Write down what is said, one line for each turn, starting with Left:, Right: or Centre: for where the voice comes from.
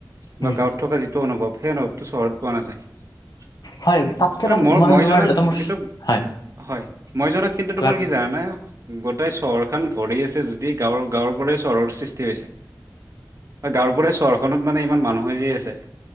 Right: বা
Left: উম
Right: গাঁৱত থকা যিটো অনুভৱ সেই অনুভৱটো চহৰত পোৱা নাযায়
Left: হয় তাতকে এটা
Right: আৰু মই-মই
Left: মই তোমাৰ
Right: জনাত
Left: এটা মোৰ
Right: কিন্তু
Left: হয়
Right: হয়, মই জনাত কিন্তু তোমাৰ
Left: কোৱা
Right: কি জানানে! গোটেই চহৰখন ভৰি আছে যদি গাঁৱৰ গাঁৱৰ পৰাই চহৰৰ সৃষ্টি হৈছে। গাঁৱৰ পৰা চহৰখনত মানে ইমান মানুহে যি আছে।